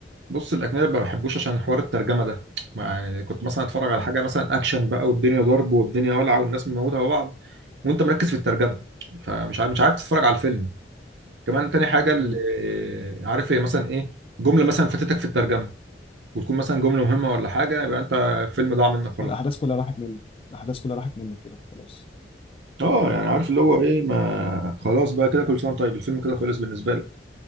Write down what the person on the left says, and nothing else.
اه
امم
فالاحداث كلها راحت منك الاحداث كلها راحت منك كده خلاص
اه